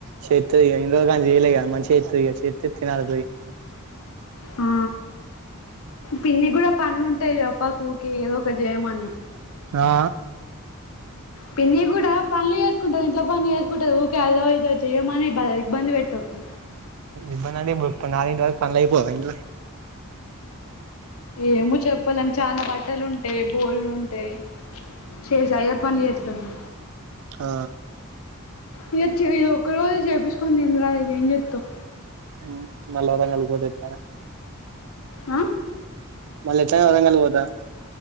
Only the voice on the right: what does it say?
చేత్తది ఇగ ఇన్ని రోజుల కాంచి చేయలే కదా చెత్తదిగా తినాలి పోయి
ఆ
ఇబ్బందంటే ఇప్పుడు నాలుగింటి వరకు పనులు ఐపోవా ఇంట్ల
ఆ
ఉ మల్లా వరంగల్ వోతే ఎట్ల
మళ్ళా ఎట్లాగో వరంగల్ ఓతా